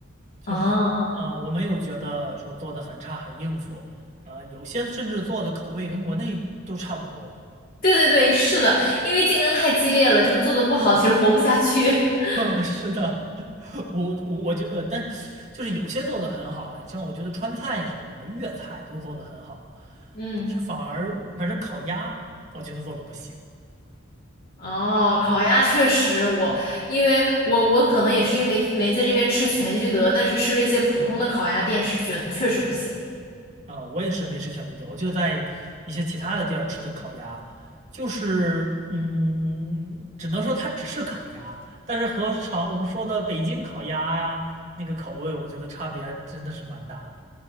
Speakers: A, on the right (about 35°); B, on the left (about 45°).
A: 就是，
B: 哦，
A: 呃，我没有觉得说做的很差很应付，呃，有些甚至做的口味跟国内都差不多。
B: 对对对，是的，因为竞争太激烈了，就是做的不好，其实活不下去。<laughs>
A: <laughs> 是的，<laughs> 我我我觉得，但就是有些做的很好啊，像我觉得川菜什么的，粤菜都做的很好，
B: 嗯，
A: 但是反而反正烤鸭，我觉得做的不行。
B: 哦，烤鸭确实我，因为我我可能也是因为没没在这边吃全聚德，但是吃了一些普通的烤鸭店，是觉得确实不行。
A: 啊，我也是没吃全聚德，我就在一些其他的地儿吃的烤鸭，就是嗯，只能说它只是烤鸭，但是和常我们说的北京烤鸭呀，那个口味，我觉得差别真的是蛮大的